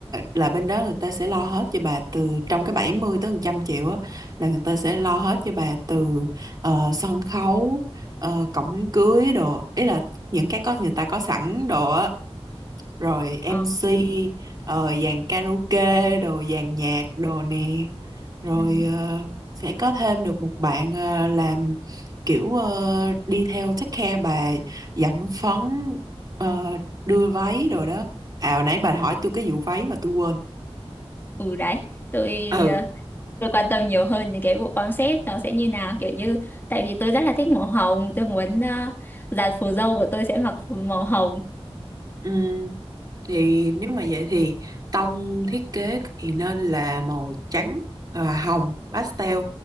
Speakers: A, on the right; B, on the left.
A: là bên đó người ta sẽ lo hết cho bà từ trong cái 70 tới 100 triệu á là người ta sẽ lo hết cho bà từ ờ, sân khấu ờ, cổng cưới đồ ý là những cái có người ta có sẵn đồ á rồi MC
B: ờ
A: ờ, dàn karaoke đồ dàn nhạc đồ nè rồi
B: ừ.
A: ờ, sẽ có thêm được một bạn ờ, làm kiểu ờ, đi theo take care bà dặm phấn ờ, đưa váy rồi đó à hồi nãy bà hỏi tôi cái vụ váy mà tôi quên
B: ừ đấy tôi
A: ừ
B: ờ, tôi quan tâm nhiều hơn đến cái bộ concept nó sẽ như nào kiểu như tại vì tôi rất là thích màu hồng tôi muốn ờ, dàn phù dâu của tôi sẽ mặc phù màu hồng
A: Ừm, thì nếu mà vậy thì tông thiết kế thì nên là màu trắng và hồng pastel